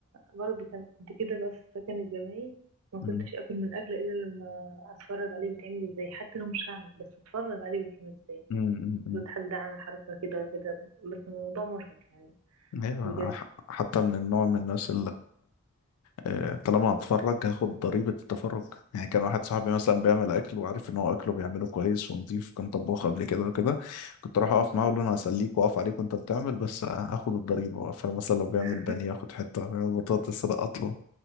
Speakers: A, on the right; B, on the left.
A: برضه كان كنت كده بقى في السكن الجامعي ما كنتش
B: امم
A: أكل من أكل إلا لما أتفرج عليه بيتعمل إزاي حتى لو مش هعمل بس أتفرج عليه بيتعمل إزاي
B: امم امم
A: المفروض
B: أمم.
A: حد عامل حركة كده ولا كده بس الموضوع مرهق يعني
B: ايوه
A: بجد
B: أنا ح- حتى من النوع من الناس آه، طالما هتفرج هاخد ضريبة التفرج يعني كان واحد صاحبي مثلا بيعمل أكل وعارف إن هو أكله بيعمله كويس ونضيف كان طباخ قبل كده وكده كنت أروح أقف معاه أقول له أنا هسليك وأقف عليك وأنت بتعمل بس هاخد الضريبة فمثلا لو بيعمل
A: <laughs>
B: بانيه آخد حتة لو بيعمل بطاطس لا أطلب